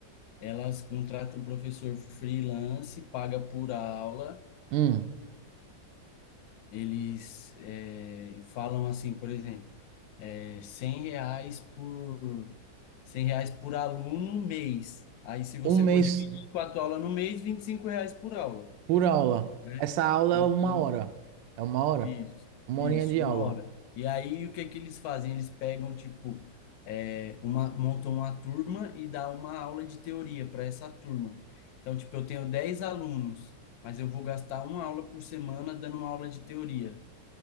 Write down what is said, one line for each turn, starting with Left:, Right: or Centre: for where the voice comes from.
Left: elas contratam professor freelance, paga por aula.
Right: um,
Left: Eles eh, falam assim, por exemplo, eh, 100 reais por 100 reais por aluno mês. Aí, se você
Right: um mês
Left: for dividir quatro aulas no mês, 25 reais por aula.
Right: por aula.
Left: né?
Right: Essa aula
Left: Então,
Right: é uma hora. É uma hora?
Left: Isso,
Right: Uma
Left: isso,
Right: horinha de
Left: uma
Right: aula.
Left: hora. E aí o que que eles fazem? Eles pegam, tipo, é, uma, montam uma turma e dá uma aula de teoria para essa turma. Então, tipo, eu tenho 10 alunos, mas eu vou gastar uma aula por semana dando uma aula de teoria.